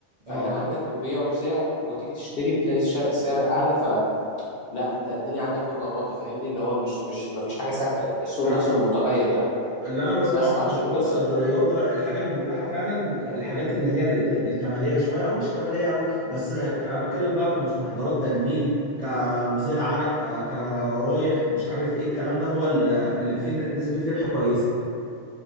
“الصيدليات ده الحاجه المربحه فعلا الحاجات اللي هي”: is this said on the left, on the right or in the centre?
Right